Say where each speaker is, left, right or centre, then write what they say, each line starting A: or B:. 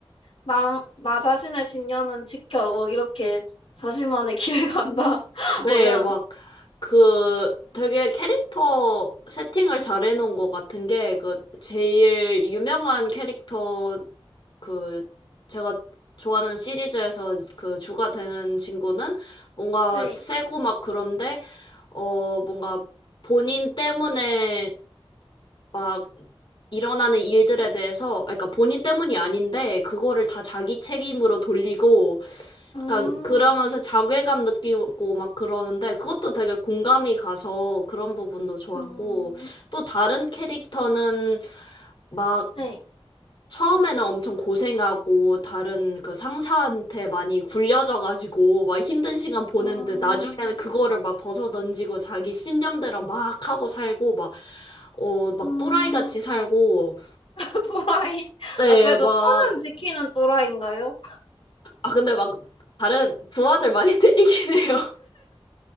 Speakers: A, on the left; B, on the left.
A: 나, 나 자신의 신념은 지켜 뭐 이렇게 자신만의 길을 간다 <laughs>
B: 네,
A: 뭐 이런
B: 막, 그, 되게 캐릭터 세팅을 잘 해놓은 것 같은 게, 그, 제일 유명한 캐릭터, 그, 제가 좋아하는 시리즈에서 그 주가 되는 친구는 뭔가
A: 네.
B: 세고 막 그런데, 어, 뭔가 본인 때문에 막 일어나는 일들에 대해서, 그러니까 본인 때문이 아닌데, 그거를 다 자기 책임으로 돌리고,
A: 음,
B: 약간 그러면서 자괴감 느끼고 막 그러는데, 그것도 되게 공감이 가서 그런 부분도 좋았고,
A: 음,
B: 또 다른 캐릭터는 막
A: 네.
B: 처음에는 엄청 고생하고 다른 그 상사한테 많이 굴려져가지고 막 힘든 시간 보는데
A: 아,
B: 나중에는 그거를 막 벗어던지고 자기 신념대로 막 하고 살고 막 어, 막
A: 음,
B: 또라이 같이 살고
A: <laughs> 또라이.
B: 네,
A: 아, 그래도
B: 막
A: 선은 지키는 또라이인가요?
B: 아, 근데 막 다른 부하들 많이 <laughs> 때리긴 해요.